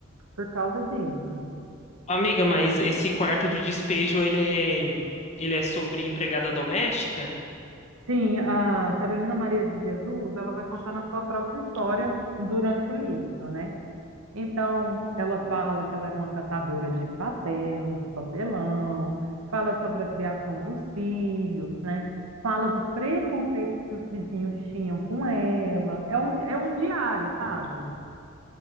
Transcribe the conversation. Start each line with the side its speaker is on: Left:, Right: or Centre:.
Right: por causa disso.
Left: Amiga, mas esse quarto de despejo, ele é, ele é sobre empregada doméstica?
Right: Sim, a Carolina Maria de Jesus, ela vai contar na sua própria história durante o livro, né? Então, ela fala que ela era uma catadora de papel, de papelão, fala sobre a criação dos filhos, né? Fala do preconceito que os vizinhos tinham com ela. É um, é um diário, sabe?